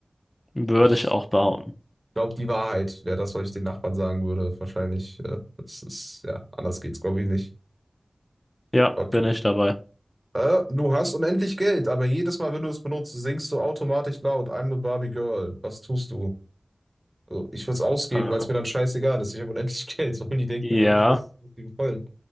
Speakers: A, on the left; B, on the right.
A: Würde
B: ich
A: ich auch behaupten.
B: glaube, die Wahrheit wäre das, was ich den Nachbarn sagen würde. Wahrscheinlich, äh, das ist, ja, anders geht's, glaube ich, nicht.
A: Ja,
B: Okay.
A: bin ich dabei.
B: Äh, du hast unendlich Geld, aber jedes Mal, wenn du es benutzt, singst du automatisch laut, I'm a Barbie Girl. Was tust du? Also, ich würde es ausgeben,
A: Äh,
B: weil es mir dann scheißegal ist. Ich habe unendlich <laughs> Geld. Sollen die denken
A: Ja,
B: über mich, was, was die wollen?